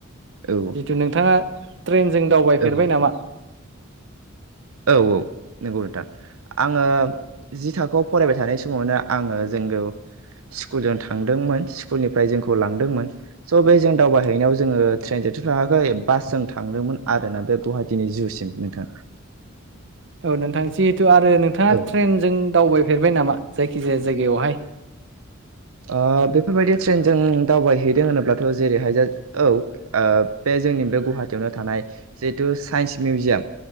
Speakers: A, on the right; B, on the right.
A: औ ओ
B: जितु नोंथाङा ट्रेनजों दावबायफेरबाय
A: औ
B: नामा?
A: औ औ नंगौ नोंथां आङो जि थाखोआव फरायबाय थानाय समावनो आङो जोंग स्कुल जों थांदोंमोन स्कुलनिफ्राय जोंखौ लांदोंमोन स' बे जों दावबायहैनायाव जोङो ट्रेनजों थ थाङाखै बासजों थांदोंमोन आरोना बे गुवाहाटिनि जुसिम नोंथां।
B: औ नोंथां जिहेथु आरो नोंथाङा
A: औ
B: ट्रेनजों दावबायफेरबाय नामा जायखिजाया जायगायावहाय?
A: ओ बेफोरबायदि ट्रेनजों दावबायहैदों होनोब्लाथ' जेरैहाय औ बे जोंनि बे गुवाहाटियावनो थानाय जिहेतु साइन्स मिउजियाम